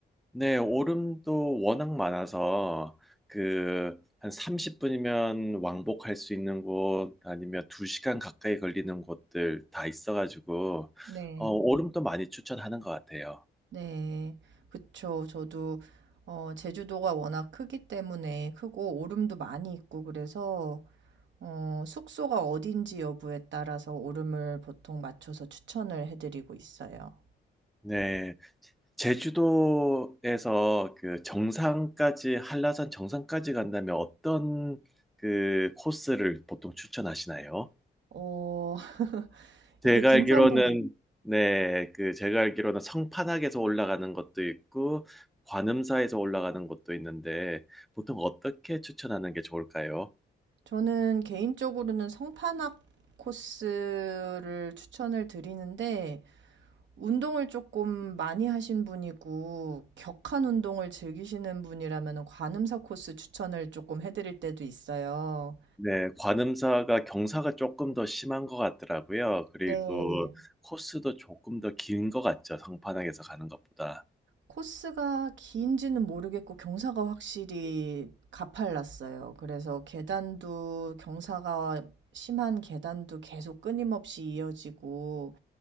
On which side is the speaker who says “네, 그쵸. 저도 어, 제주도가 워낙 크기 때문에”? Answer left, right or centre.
Right